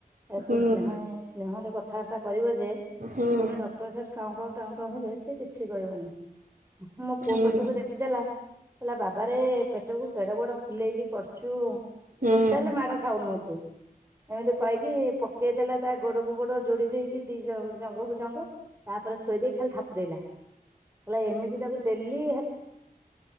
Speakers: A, on the right (about 15°); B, on the right (about 60°).
A: ଏତେ
B: ହୁଁ
A: ସ୍ନେହ ସ୍ନେହରେ କଥାବାର୍ତ୍ତା କରିବ ଯେ ଗୋଟେ
B: ହୁଁ
A: ଗୋଟେ ଡକ୍ଟର ସେଠି କାଉଁକାଉଁ ଟାଉଁ ଟାଉଁ ହେବେ ସେ କିଛି କହିବନି ମୋ ପୁଅ
B: ହୁଁ
A: ପଟକୁ ଦେଖିଦେଲା। ହେଲା ବାବାରେରେ ପେଟକୁ କେଡେ ବଡ ଫୁଲେଇକି ବସିଛୁ।
B: ହୁଁ
A: ଟୋଟାଲ ମାଡ ଖାଉନୁ ତୁ ଏମିତି କହିକି ପକେଇଦେଲା ତା ଗୋଡ କ ଗୋଡ ଯୋଡି ଦେଇକି ଦି ଜଙ୍ଘକୁ ଜଙ୍ଘ ତାପରେ ଥୋଇ ଦେଇ ଖାଲି ଥାପୁଡେଇଲା। ହେଲେ ଏମିତି ତାକୁ ଦେଲି।